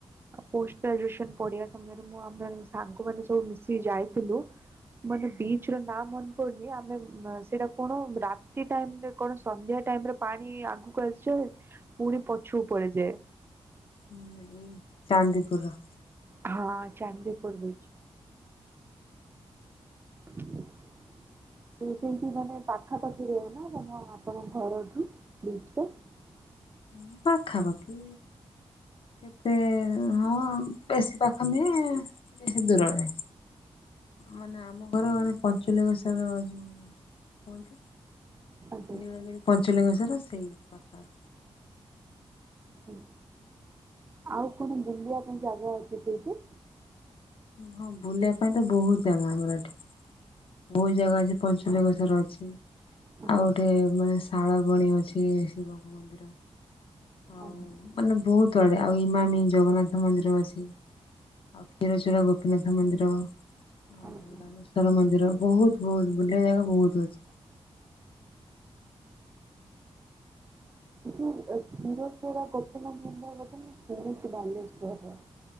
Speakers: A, on the right; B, on the left.
A: ପୋଷ୍ଟ ଗ୍ରାଜୁଏସନ ପଢିବା ସମୟରେ, ମୁଁ ଆମେ ସାଙ୍ଗ ମାନେ ସବୁ ମିଶିକି ଯାଇଥିଲୁ। ମାନେ ବିଚ ର ନା ପଡୁନି ଆମେ ସେଇଟା କଣ ରାତି ଟାଇମରେ କଣ ସନ୍ଧ୍ୟା ଟାଇମରେ ପାଣି ଆଗକୁ ଆସିଯାଏ। ପୁରୀ ପଛକୁ ପଳେଇ ଯାଏ।
B: ଏଇ ଚାନ୍ଦିପୁରର
A: ହଁ ଚାନ୍ଦିପୁର ବିଚ। <unintelligible> ସେଇଠି ମାନେ ପାଖାପାଖି ରୁହ ନା, ଆପଣଙ୍କ ଘରଠୁ ବିଚ ଟା ହ <inaudible>
B: ହଁ ପାଖା ପାଖି କେତେ ହଁ, ବେଶୀ ପାଖ ନୁହେଁ ବେଶୀ ଦୂରରେ ମାନେ ଆମ ଘର ମାନେ ପଞ୍ଚଲ ବଷର ଯଉ କୁହନ୍ତି,
A: ଆଜ୍ଞା
B: ନୀଳଗିରି ପଞ୍ଚଲିଙ୍ଗ ସ୍ୱର ସେଇ ସଫ <unintelligible>
A: ଆଛା, ଆଉ କଣ ବୁଲିବା ପାଇଁ ଯାଗା ଅଛି ସେଠି
B: ହଁ ବୁଲିବା ପାଇଁ ତ ବହୁତ ଜାଗା ଗୁଡ଼ା ଏଠି, ବହୁତ ଜାଗା ଅଛି ପଞ୍ଚଲିଙ୍ଗେଶ୍ୱର ଅଛି।
A: ଆଜ୍ଞା
B: ଆଉ ଗୋଟେ ମାନେ ଶାଳ ବଣି ଅଛି। ସେ ଶିବଙ୍କ ମନ୍ଦିର ଆଉ
A: ଆଜ୍ଞା
B: ମାନେ ବହୁତ ତଆଡେ ଆଉ ଇମାମି ଜଗନ୍ନାଥ ମନ୍ଦିର ଅଛି, ଆଉ କ୍ଷୀର ଗୋପୀନାଥ ମନ୍ଦିର ଆଉ
A: ଆଜ୍ଞା।
B: ରାମେଶ୍ଵର ମନ୍ଦିର ବହୁତ ବହୁତ ଏ ଜାଗା ବହୁତ ଅଛି।
A: <unintelligible> କ୍ଷୀରଚୋରା ଗୋପିନାଥ ମନ୍ଦିର କଉଚନ୍ତି ସେ ହେଉଛି ବାଲେଶ୍ଵରର